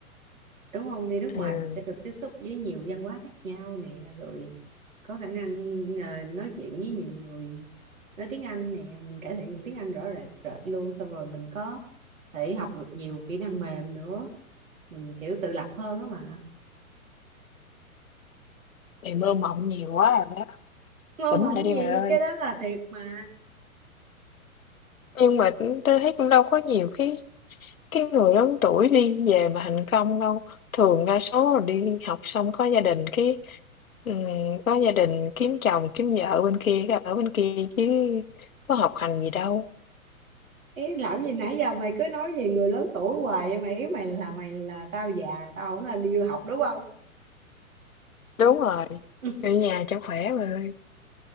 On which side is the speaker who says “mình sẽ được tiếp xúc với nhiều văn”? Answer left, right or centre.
Right